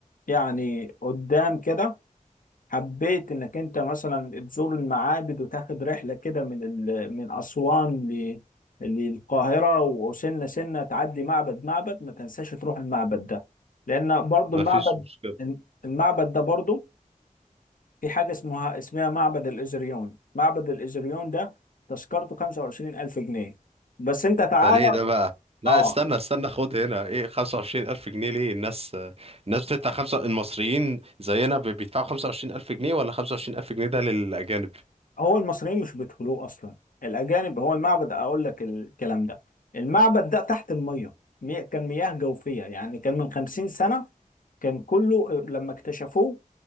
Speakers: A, on the left; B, on the right.
A: يعني قدام كده حبيت انك انت مثلا تزور المعابد وتاخد رحلة كده من ال... من أسوان ل... للقاهرة وسنة سنة تعدي معبد معبد ما تنساش تروح المعبد ده لأن برضو
B: مفيش
A: المعبد
B: مشكلة
A: المعبد ده برضو في حاجة اسمها اسمها معبد الإزريون معبد الإزريون ده تذكرته 25000 جنيه بس انت تعالى
B: ده ليه ده بقى لا
A: اه
B: استنى استنى خد هنا ايه 25000 جنيه ليه الناس الناس بتدفع خمسة المصريين زينا بي- بيدفعوا 25000 جنيه ولا 25000 جنيه ده للأجانب
A: هو المصريين مش بيدخلوه اصلا الاجانب هو المعبد اقول لك الكلام ده المعبد ده تحت الميه مي- كان مياه جوفيه يعني كان من 50 سنه كان كله لما اكتشفوه